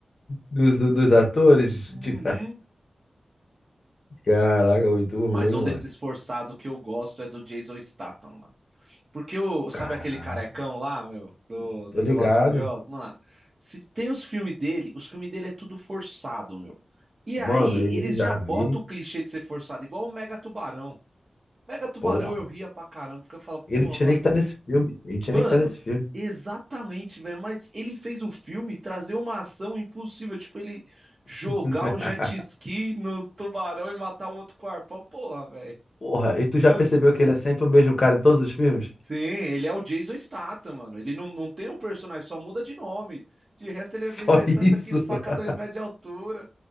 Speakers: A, on the left; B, on the right.
A: dos, do- dos atores?
B: Uhum.
A: <laughs> de- Caraca, muito ruim,
B: Mas um
A: mano.
B: desses forçados que eu gosto é do Jason Statham, mano. Porque o, sabe
A: Caraca,
B: aquele carecão lá, meu, do, do
A: tô ligado.
B: Velozes e Furiosos? Mano, se tem os filmes dele, os filmes dele é tudo forçado, meu. E
A: Mano,
B: aí,
A: eu
B: eles
A: já
B: já botam
A: vi.
B: o clichê de ser forçado, igual o Mega Tubarão. Mega Tubarão
A: Porra.
B: eu ria pra caramba, porque eu falo, porra,
A: Ele não tinha
B: mano.
A: nem que tá nesse filme. Ele não tinha
B: Mano,
A: nem que tá nesse filme.
B: exatamente, velho. Mas ele fez o filme trazer uma ação impossível, tipo, ele jogar
A: <laughs>
B: o jet ski no tubarão e matar o outro com o arpão. Porra, velho.
A: Porra, e tu já
B: É
A: percebeu que ele é sempre o mesmo cara em todos os filmes?
B: Sim, ele é o Jason Statham, mano. Ele não, não tem o personagem, só muda de nome. De resto, ele
A: Só
B: é o Jason Statham
A: isso.
B: que saca dois
A: <laughs>
B: metros de altura.